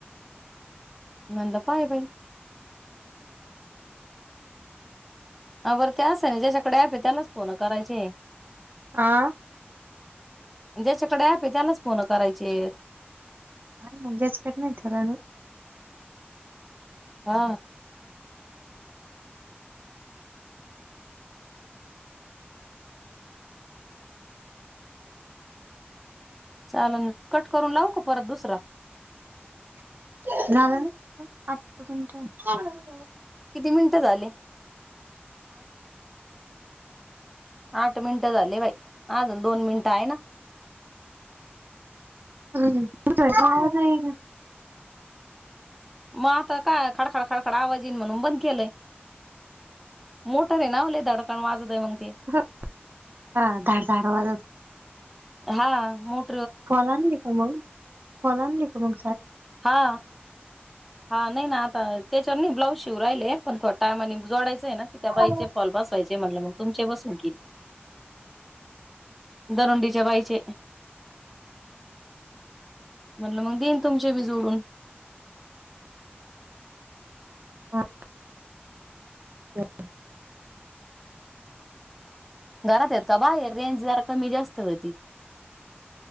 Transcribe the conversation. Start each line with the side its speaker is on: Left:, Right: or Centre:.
Centre: म्हणलं काय बाई हा बरं ते असं ना ज्याच्याकड असणं त्यांलाच फोन करायचे.
Right: आं
Centre: ज्याच्याकडे अँप आहे त्यानाच फोन करायचेत.
Right: हा म्हणजेच <unintelligible>
Centre: हा चालन कट करून लावू का परत दुसरा
Right: <unintelligible>
Centre: किती मिनिटं झाले? आठ मिनट झाले बाई अजून दोन मिनिटं आहे ना
Right: ह कुठय गावा जाये का?
Centre: म आता काय खडखड खडखड आवाज येईन म्हणून बंद केलय. मोटर हाय ना लय धडकान वाजतय मंग
Right: <unintelligible>
Centre: हा मग
Right: फॉल आणली का मंग फॉल आणली का मंग
Centre: हा हा नाही ना आता त्याच्यावर नाही ब्लाउज शिवु राहिले पण थोड्या टायमानी जोडायचंय ना त त्या बाईची
Right: हा
Centre: फॉल बसवायचीये म्हणलं मंग तुमच्या पासून <unintelligible> दरोंडीच्या बाईचे म्हणलं मग देईन तुम ते बी जोडून
Right: <inaudible> <inaudible>
Centre: घरात आहेत का बाहेर रेंज जरा कमी जास्त व्हती.